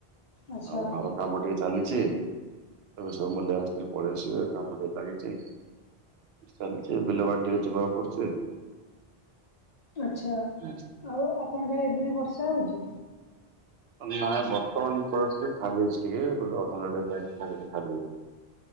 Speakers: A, on the left; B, on the right.
A: ଆଚ୍ଛା
B: ଆଉ ଘର କାମ ଟିକେ ଚାଲିଚି ଏବେ ସବୁ ମୁଲିଆ ମିସ୍ତ୍ରୀ ପଳେଇ ଆସିବେ କାମ ଟିକେ ଲାଗିଛି। ଚାଲିଚି ବିଲବାଡ଼ି ଟିକେ ଯିବାକୁ ପଡୁଛି।
A: ଆଛା।
B: ହୁଁ।
A: ଆଉ ଆପଣଙ୍କରେ ଏବେ ବି ବର୍ଷା ହଉଛି।
B: ନାଁ ବର୍ତ୍ତମାନ ପରେ ସେ ଛାଡି ଯାଇଚି ଟିକେ ଗୋଟେ। <unintelligible>